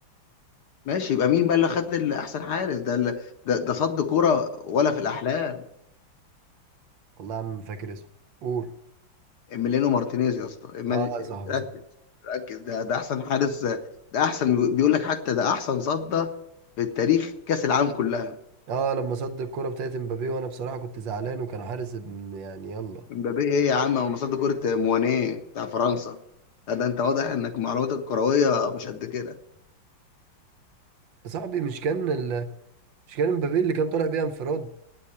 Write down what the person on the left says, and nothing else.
ماشي يبقى مين بقى اللي خد اللي احسن حارس ده اللي ده, ده صد كوره ولا في الاحلام
إميليانو مارتينيز يا اسطى إمال-
ركز ركز ده ده احسن حارس ده احسن بيقول لك حتى ده احسن صد في التاريخ كاس العالم كلها
مبابي ايه يا عم هو مصاد كرة موانيه بتاع فرنسا لا ده انت واضح انك معلوماتك الكروية مش قد كده